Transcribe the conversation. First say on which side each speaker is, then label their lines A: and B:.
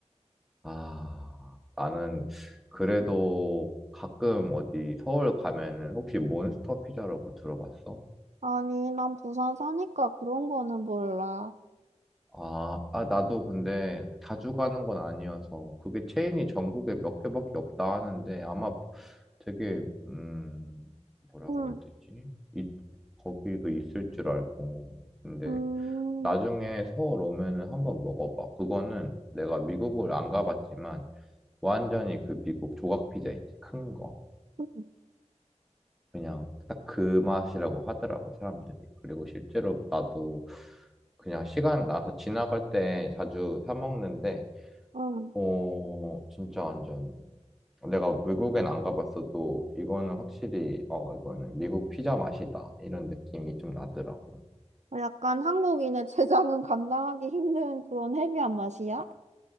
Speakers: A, in the centre; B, on the right.
A: 아, 나는 그래도 가끔 어디 서울 가면은 혹시 몬스터 피자라고 들어봤어?
B: 아니, 난 부산 사니까 그런 거는 몰라.
A: 아, 아, 나도 근데 자주 가는 건 아니어서 그게 체인이 전국에 몇 개밖에 없다 하는데 아마 되게, 음, 뭐라고
B: 응,
A: 해야 되지? 이, 거기도 있을 줄 알고. 근데
B: 음,
A: 나중에 서울 오면은 한번 먹어봐. 그거는 내가 미국을 안 가봤지만 완전히 그 미국 조각 피자 있지, 큰 거.
B: 응,
A: 그냥 딱 그 맛이라고 하더라고, 사람들이. 그리고 실제로 나도 그냥 시간 나서 지나갈 때 자주 사 먹는데,
B: 응.
A: 어, 진짜 완전 내가 외국엔 안 가봤어도 이거는 확실히, 어, 이거는 미국 피자 맛이다. 이런 느낌이 좀 나더라고.
B: 약간 한국인의 <laughs> 제장은 감당하기 힘든 그런 헤비한 맛이야?